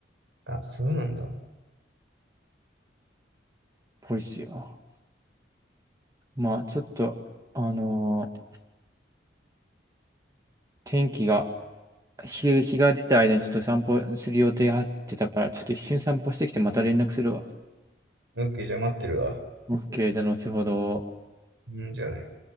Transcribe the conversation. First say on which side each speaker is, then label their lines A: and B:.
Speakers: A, on the right; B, on the right.
A: あ、そうなんだ。
B: ぽいっすよ。まあちょっと、あのー天気が、日、日が出た間にちょっと散歩する予定入ってたから、ちょっと一瞬散歩してきてまた連絡するわ。
A: オッケー、じゃあ待ってるわ。
B: OK、じゃあ後ほど。
A: うん、じゃあね。